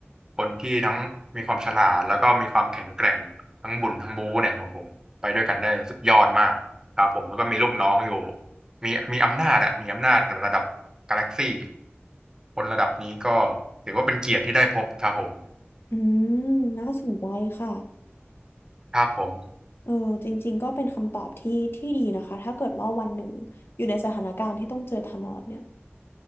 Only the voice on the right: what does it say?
คนที่ทั้งมีความฉลาดแล้วก็มีความแข็งแกร่งทั้งบุญทั้งบูเนี่ยครับผม ไปด้วยกันได้สุดยอดมากครับผมแล้วก็มีลูกน้องอยู่มีมีอำนาจอะมีอำนาจระดับกาแล็กซี่คนระดับนี้ก็ถือว่าเป็นเกียรติที่ได้พบครับผม
ครับผม